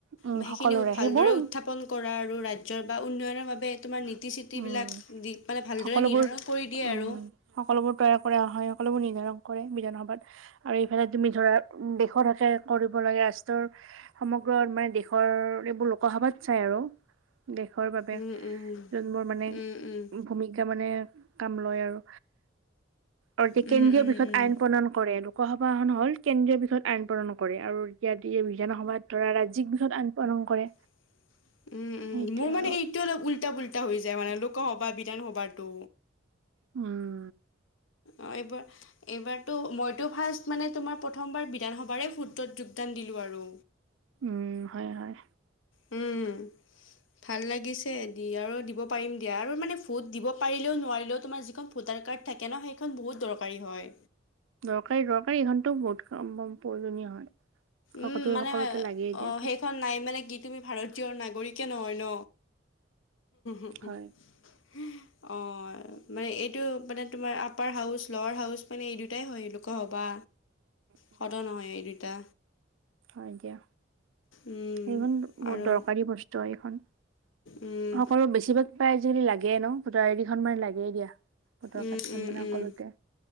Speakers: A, on the right; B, on the left.
A: উম
B: বা সেইখিনি
A: সকলোৰে
B: ভালদৰে
A: সেইবোৰ
B: উত্থাপন কৰা আৰু ৰাজ্যৰ বা উন্নয়নৰ বাবে তোমাৰ নীতি চিতিবিলাক
A: উম
B: দি মানে ভালদৰে
A: সকলোবোৰ
B: নিৰ্ধাৰণ কৰি দিয়ে
A: উম
B: আৰু।
A: সকলোবোৰ তৈয়াৰ কৰা হয়, সকলোবোৰ নিৰ্ধাৰণ কৰে বিধানসভাত। আৰু এইফালে তুমি ধৰা দেশৰ হকে কৰিব লাগে ৰাষ্ট্ৰৰ সমগ্ৰ মানে দেশৰ এইবোৰ লোকসভাত চাই আৰু, দেশৰ বাবে
B: উম উম।
A: যুনবোৰ মানে
B: উম উম
A: ভূমিকা মানে কাম লয় আৰু। আৰু যে
B: উম,
A: কেন্দ্ৰীয়
B: উম,
A: বিষয়
B: উম।
A: আইন প্ৰণন কৰে, লোকসভাখন হ'ল কেন্দ্ৰীয় বিষয়ত আইন প্ৰদন কৰে আৰু ইয়াত বিধানসভাত ধৰা ৰাজ্যিক বিষয়ত আইন পালন কৰে।
B: <inaudible> উম, উম,
A: সেইটোৱে
B: মোৰ মানে
A: আৰু
B: এইটো অলপ উল্টা পল্টা হৈ যায় মানে লোকসভা বিধানসভাটো।
A: উম।
B: অ' এইবোৰ এইবাৰতো মইতো ফাৰ্ষ্ট মানে তোমাৰ প্ৰথমবাৰ বিধানসভাৰে ভোটত যোগদান দিলোঁ আৰু।
A: উম, হয় হয়।
B: উম। ভাল লাগিছে দি আৰু দিব পাৰিম দিয়া আৰু। মানে ভোট দিব পাৰিলেও নোৱাৰিলেও তোমাৰ যিখন ভোটাৰ কাৰ্ড থাকে ন সেইখন বহুত দৰকাৰী হয়।
A: দৰকাৰী দৰকাৰী এইখনতো বহুত <unintelligible> প্ৰয়োজনীয় হয় হ'কতো
B: উম, মানে
A: সকলোতে লাগিয়
B: অ',
A: দিয়া প্ৰায়।
B: সেইখন নাই মানে কি তুমি ভাৰতীয় নাগৰিকে নহয় ন! <inaudible>
A: হয়।
B: অ', মানে এইটো মানে তোমাৰ আপাৰ হাউচ লৱাৰ হাউচ মানে এই দুটাই হয়। লোকসভা
A: উম।
B: সদন হয় এই দুইটা।
A: হয় দিয়া,
B: উম,
A: সেইখন বহুত
B: আৰু
A: দৰকাৰী বস্তু ভোটৰ এইখন
B: উম,
A: সকলো বেছিভাগ পায় আজিকালি লাগে ন ভোটাৰ আইডিখন মানে লাগেই দিয়া। ভোটৰ
B: উম,
A: কাৰ্ডখন
B: উম,
A: মানে
B: উম,
A: সকলোতে।